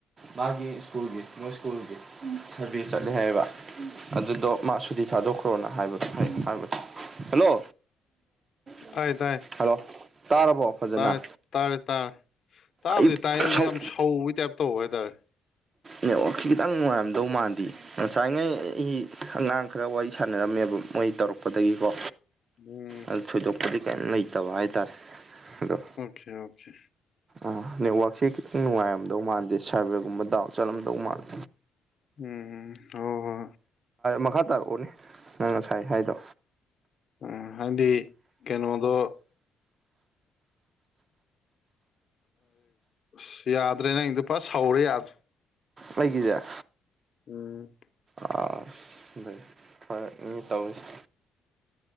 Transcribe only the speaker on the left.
ꯇꯥꯏ ꯇꯥꯏ
ꯇꯥꯔꯦ ꯇꯥꯔꯦ ꯇꯥꯔꯦ ꯇꯥꯕꯨꯗꯤ
ꯇꯥꯏ ꯑꯗꯨ
ꯌꯥꯝ ꯁꯧꯕꯒꯤ ꯇꯥꯏꯞ ꯇꯧꯕ ꯍꯥꯏꯇꯥꯔꯦ
ꯎꯝ
ꯑꯣꯈꯦ ꯑꯣꯈꯦ
ꯎꯝ ꯍꯣ ꯍꯣ
ꯎ ꯍꯥꯏꯗꯤ ꯀꯩꯅꯣꯗꯣ ꯑꯁ ꯌꯥꯗ꯭ꯔꯦ ꯅꯪꯒꯤꯗꯨ ꯐꯥ ꯁꯧꯔꯦ ꯌꯥꯗ꯭ꯔꯦ
ꯎꯝ